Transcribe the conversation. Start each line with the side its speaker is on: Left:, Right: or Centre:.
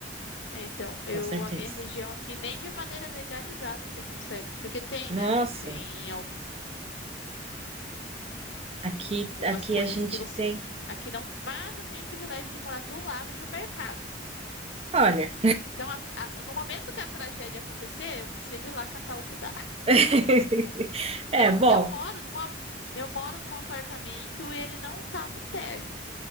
Left: É, então, eu,
Right: com certeza.
Left: a minha região aqui, nem de maneira legalizada você consegue, porque tem,
Right: Nossa.
Left: né? Tem
Right: Aqui,
Left: algumas
Right: aqui
Left: coisas
Right: a gente
Left: que você
Right: tem.
Left: aqui não, mas eu tenho o privilégio de morar do lado de um mercado.
Right: Olha.
Left: Então, a- a- no momento que a tragédia acontecer, eu consigo ir lá catar o que dá.
Right: <laughs> É,
Left: Eu,
Right: bom,
Left: eu moro num, a- eu moro num apartamento e ele não tá no térreo.